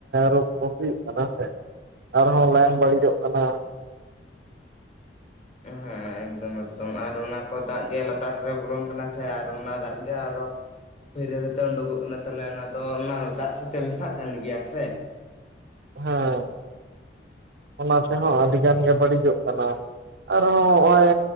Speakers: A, on the right; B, on the left.
A: ᱨᱚᱜᱽ ᱠᱚ ᱦᱩᱭᱩᱜ ᱠᱟᱱᱟ ᱥᱮᱼᱼ ᱟᱨ ᱦᱚᱸ ᱞᱟᱭᱚᱝ ᱵᱟᱹᱲᱤᱡᱚᱜ ᱠᱟᱱᱟ
B: ᱮᱦᱮᱸ ᱮᱠᱫᱚᱢ ᱮᱠᱫᱚᱢ ᱟᱨ ᱚᱱᱟ ᱠᱚ ᱫᱟᱜ ᱜᱮ ᱞᱟᱛᱟᱨ ᱨᱮ ᱵᱚᱞᱚᱱ ᱠᱟᱱᱟ ᱥᱮ ᱟᱨ ᱚᱱᱟ ᱫᱟᱜ ᱜᱮ ᱟᱨᱦᱚᱸ ᱠᱷᱟᱹᱭᱨᱟᱹ ᱫᱟᱛᱮ ᱩᱰᱩᱠᱚᱜ ᱠᱟᱱᱟ ᱛᱟᱦᱞᱮ ᱚᱱᱟ ᱫᱚ ᱚᱱᱟ ᱫᱟᱜ ᱥᱟᱶ ᱛᱮ ᱢᱮᱥᱟᱜ ᱠᱟᱱ ᱜᱮᱭᱟ ᱥᱮᱼᱼ
A: ᱦᱟᱸ ᱚᱱᱟ ᱛᱮᱦᱚᱸ ᱟᱹᱰᱤ ᱜᱟᱱ ᱜᱮ ᱵᱟᱹᱲᱤᱡᱚᱜ ᱠᱟᱱᱟ ᱟᱨ ᱦᱚᱸ ᱱᱚᱜᱼᱚᱭ